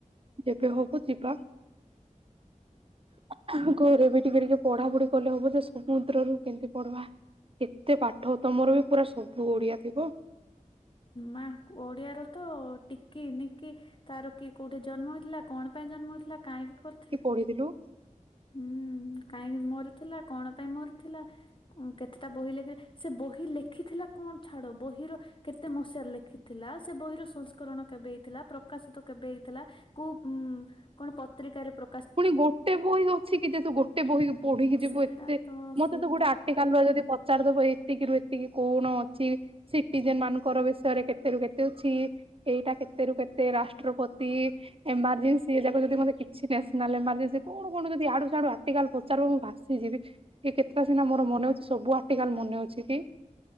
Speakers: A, on the right (about 45°); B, on the left (about 40°).
A: ଯେବେ ହବ ଯିବା। <unintelligible> ଘରେ ବି ଟିକେ ଟିକେ ପଢାପଢି କଲେ ହବ ଯେ ସମୁଦ୍ରରୁୁ କେମିତି ପଢବା? ଏତେ ପାଠ ତମର ବି ପୁରା ସବୁ ଓଡିଆ ଥିବ।
B: ମା ଓଡିଆ ର ତ ଟିକି ନିକି ତାର କିଏ କୋଉଠି ଜନ୍ମ ଥିଲା କଣ ପାଇଁ ଜନ୍ମ ହଉଥିଲା କାହିଁକି କରିଥିଲା?
A: ପଢ଼ିଥିଲୁ।
B: ହୁଁ କାହିଁକି ମରି ଥିଲା କଣ ପାଇଁ ମରି ଥିଲା? ଉଁ କେତେଟା ବହି ଲେଖିଲେ ସେ ବହି ଲେଖିଥିଲା କଣ ଛାଡ଼ ବହିର। କେତେ ମସିହାରେ ଲେଖିଥିଲା ସେ ବହିର ସଂସ୍କରଣ କେବେ ହେଇଥିଲା ପ୍ରକାଶିତ କେବେ ହେଇଥିଲା? କୋଉ ଉଁ କଣ ପତ୍ରିକାରେ ପ୍ର
A: ପୁଣି ଗୋଟେ ବହି ଅଛି କି ଯେହେତୁ ଗୋଟେ ବହି ପଢିକି ଯିବୁ
B: ସେଇଟା
A: ଏତେ
B: ତ
A: ମତେ
B: ସେଇଟା
A: ତ ଗୋଟେ ଆଟିକାଲର ଯଦି ପ ଚାରିଦବ ଏତିକିରୁୁ ଏତିକି କଣ ଅଛି? ସିଟିଜେନ୍ ମାନଙ୍କର ବିଷୟରେ କେତ ରୁ କେତେ ଅଛି? ଏଇଟା କେତେ ରୁ କେତେ ରାଷ୍ଟ୍ରପତି। ଏମର୍ଜେନ୍ସି ଏ ଯାକ ଯଦି ମତେ କିଛି ନେଲେ ଏମରଜିନ୍ସ କଣ କଣ ଯଦି ଇଆଡୁ ସିଆଡୁ ଆର୍ଟିକାଲ ପଚାରିଦେବ ମୁଁ ଭାସିଯିବି। ଏ କେତୋଟା ସିନା ମୋ ମନେ ଅଉ ସବୁ ଆ ଆର୍ଟିକାଲ ମନେ ଅଛି କି?